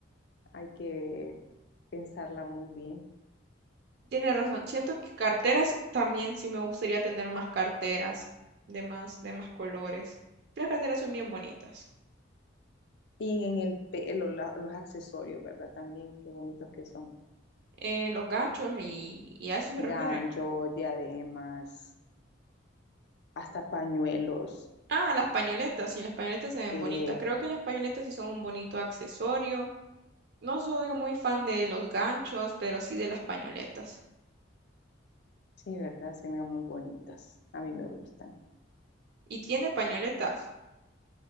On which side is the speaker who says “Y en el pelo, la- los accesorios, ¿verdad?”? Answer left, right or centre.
Left